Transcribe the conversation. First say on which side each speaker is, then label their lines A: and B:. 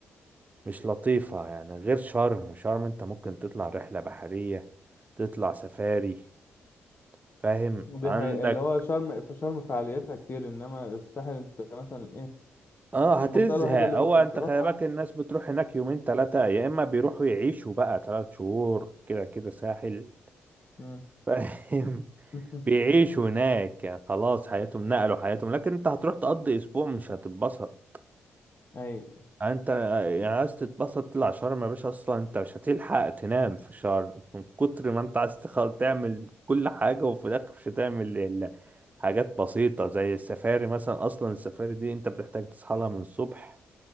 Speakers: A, on the right; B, on the left.
A: مش لطيفة يعني غير شرم شرم انت ممكن تطلع رحلة بحرية تطلع سفاري فاهم
B: دي
A: عندك
B: حقيقة اللي هو شرم في شرم فعالياتها كتير انما الساحل انت مثلا ايه
A: اه
B: المنطقة
A: هتزهق
B: الوحيدة اللي
A: هو
B: ممكن
A: انت
B: تروحها
A: خلي بالك الناس بتروح هناك يومين تلاتة يا اما بيروحوا يعيشوا بقى تلات شهور كده كده ساحل
B: مم.
A: <laughs> فاهم
B: <laughs>
A: بيعيشوا هناك يعني خلاص حياتهم نقلوا حياتهم لكن انت هتروح تقضي اسبوع مش هتتبسط
B: ايوه
A: يعني انت يعني عايز تتبسط تطلع شرم يا باشا اصلا انت مش هتلحق تنام في شرم من كتر ما انت عايز تخل- تعمل كل حاجة وفي الاخر مش هتعمل الا حاجات بسيطة زي السفاري مثلا اصلا السفاري دي انت بتحتاج تصحى لها من الصبح